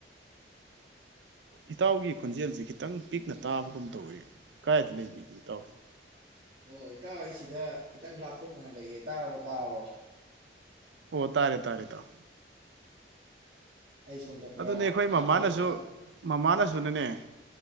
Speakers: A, on the right; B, on the right.
A: ꯏꯇꯥꯎꯒꯤ ꯈꯣꯟꯖꯦꯜꯁꯤ ꯈꯤꯇꯪ ꯄꯤꯛꯅ ꯇꯥꯕꯒꯨꯝ ꯇꯧꯋꯤ ꯀꯗꯥꯥꯏꯗ ꯂꯩꯕꯤꯒꯦ ꯏꯇꯥꯎꯁꯦ꯫
B: ꯑꯣ ꯏꯇꯥꯎ ꯑꯩ ꯁꯤꯗ ꯈꯤꯇꯪ ꯂꯥꯞꯊꯣꯛꯅꯅ ꯂꯩꯌꯦ ꯇꯥꯔꯕꯣ ꯇꯥꯔꯕꯣ꯫
A: ꯑꯣ ꯇꯥꯔꯦ ꯇꯥꯔꯦ ꯏꯇꯥꯎ꯫
B: ꯑꯩ ꯁꯣꯝꯗ ꯈꯔ
A: ꯑꯗꯨꯅꯦ ꯑꯩꯈꯣꯏ ꯃꯃꯥꯅꯁꯨ
B: ꯂꯥꯞꯊꯣꯛꯎꯧꯕ ꯏꯇꯥꯎ꯫
A: ꯃꯃꯥꯅꯁꯨꯅꯅꯦ